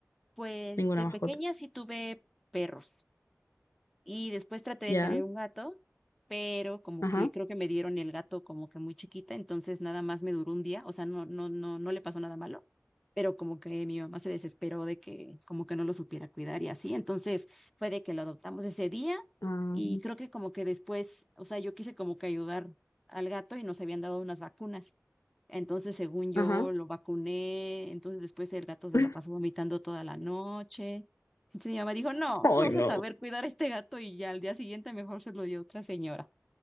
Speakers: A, in the centre; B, on the left (about 65°).
A: pues
B: ninguna
A: de
B: mascota.
A: pequeña sí tuve perros y después traté
B: ¿Ya?
A: de tener un gato, pero como
B: Ajá.
A: que creo que me dieron el gato como que muy chiquita, entonces nada más me duró un día, o sea, no, no, no, no le pasó nada malo, pero como que mi mamá se desesperó de que como que no lo supiera cuidar y así, entonces fue de que lo adoptamos ese día
B: Ah,
A: y creo que como que después, o sea, yo quise como que ayudar al gato y nos habían dado unas vacunas. Entonces, según yo,
B: Ajá.
A: lo vacuné, entonces después el gato se
B: <laughs>
A: la pasó vomitando toda la noche. Entonces mi mamá dijo, no,
B: Ay,
A: no vas
B: no.
A: a saber cuidar a este gato y ya al día siguiente mejor se lo dio otra señora.